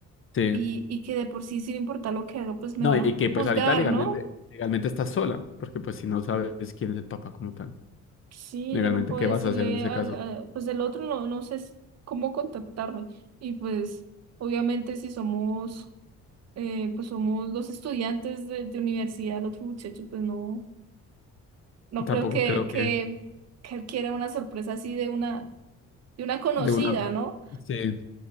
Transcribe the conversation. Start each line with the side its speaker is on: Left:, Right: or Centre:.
Left: sí.
Right: Y, y que de por sí, sin importar lo que haga, pues
Left: No,
Right: me van
Left: y
Right: a
Left: que pues
Right: juzgar,
Left: ahorita legalmente,
Right: ¿no?
Left: legalmente estás sola, porque pues si no sabes quién es el papá como tal,
Right: Sí,
Left: legalmente,
Right: yo no puedo
Left: ¿qué
Right: decirle
Left: vas a hacer en ese
Right: al,
Left: caso?
Right: a- pues el otro no, no sé si- cómo contactarme. Y pues, obviamente, si somos eh, pues somos dos estudiantes de, de universidad, el otro muchacho, pues no, no creo
Left: Tampoco
Right: que,
Left: creo
Right: que,
Left: que
Right: que él quiera una sorpresa así de una, de una conocida,
Left: de una...
Right: ¿no?
Left: Sí.